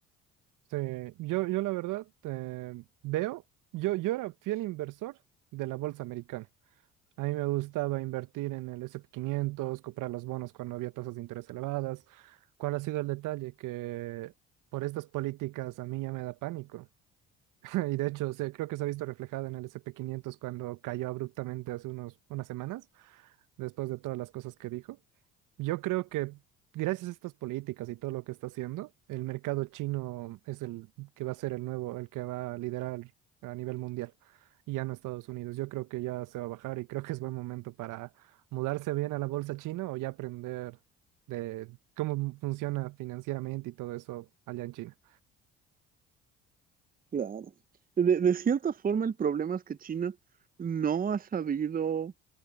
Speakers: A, on the right; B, on the right.
A: sí. Yo, yo la verdad eh, veo, yo, yo era fiel inversor de la bolsa americana. A mí me gustaba invertir en el S&P 500, comprar los bonos cuando había tasas de interés elevadas. ¿Cuál ha sido el detalle? Que por estas políticas a mí ya me da pánico. <laughs> Y de hecho, se- creo que se ha visto reflejado en el S&P 500 cuando cayó abruptamente hace unos, unas semanas, después de todas las cosas que dijo. Yo creo que gracias a estas políticas y todo lo que está haciendo, el mercado chino es el que va a ser el nuevo, el que va a liderar a nivel mundial y ya no Estados Unidos. Yo creo que ya se va a bajar y creo que es buen momento para mudarse bien a la bolsa china o ya aprender de cómo funciona financieramente y todo eso allá en China.
B: Claro. De, de cierta forma, el problema es que China no ha sabido,